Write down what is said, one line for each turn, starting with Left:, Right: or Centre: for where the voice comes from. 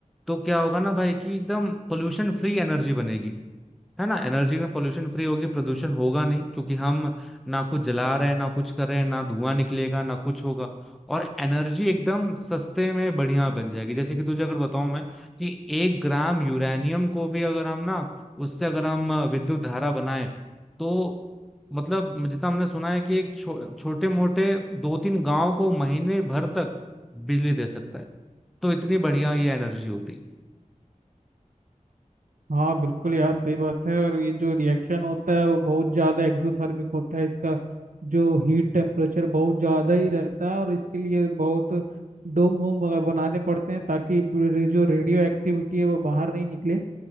Centre: तो क्या होगा ना भाई कि एकदम पोल्यूशन फ्री एनर्जी बनेगी है ना एनर्जी में पोल्यूशन फ्री होगी प्रदूषण होगा नहीं क्योंकि हम ना कुछ जला रहे हैं ना कुछ कर रहे हैं ना धुआं निकलेगा ना कुछ होगा और एनर्जी एकदम सस्ते में बढ़िया बन जाएगी जैसे कि तुझे अगर बताऊं मैं कि एक ग्राम यूरेनियम को भी अगर हम ना उससे अगर हम विद्युत धारा बनाए तो मतलब जितना हमने सुना है कि एक छो, छोटे मोटे दो तीन गांव को महीने भर तक बिजली दे सकता है तो इतनी बढ़िया ये एनर्जी होती
Right: हाँ बिल्कुल यार सही बात है और ये जो रिएक्शन होता है वो बहुत ज़्यादा एक्सोथर्मिक होता है इसका जो हीट टेम्परेचर बहुत ज़्यादा ही रहता है और इसके लिए बहुत डोम वोम वगैरह बनाने पड़ते हैं ताकि ब- जो रेडियो एक्टिविटी है वो बाहर नहीं निकले